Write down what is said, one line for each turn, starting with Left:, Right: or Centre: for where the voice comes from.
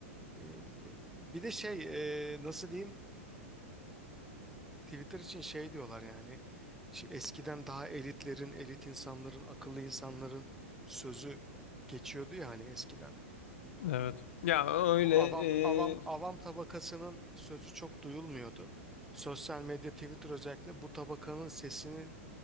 Centre: e, bir de şey e, nasıl diyeyim Twitter için şey diyorlar yani şu eskiden daha elitlerin, elit insanların, akıllı insanların sözü geçiyordu ya hani eskiden.
Left: Evet. Ya öyle
Centre: Bu avam avam
Left: e,
Centre: avam tabakasının sözü çok duyulmuyordu. Sosyal medya Twitter özellikle bu tabakanın sesinin